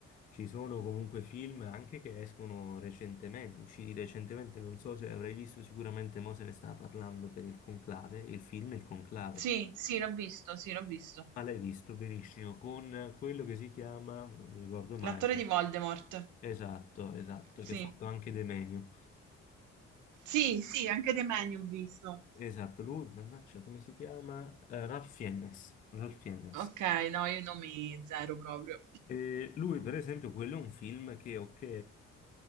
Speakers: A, on the left; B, on the right.
A: Ci sono comunque film anche che escono recentemente, usciti recentemente, non so se avrai visto, sicuramente mo se ne stava parlando per il Conclave, il film Il Conclave.
B: Sì, sì, l'ho visto, sì, l'ho visto.
A: Ma l'hai visto benissimo, con quello che si chiama, non mi ricordo mai,
B: L'attore di Voldemort.
A: esatto, esatto,
B: Sì.
A: che ha fatto anche De Meniu.
B: Sì, sì, anche The Menu ho visto.
A: Esatto, lui, mannaggia, come si chiama? Eh, Ralph Fiennes. Ralph Fiennes.
B: Ok, no, io non mi zero proprio.
A: E lui, per esempio, quello è un film che, ok,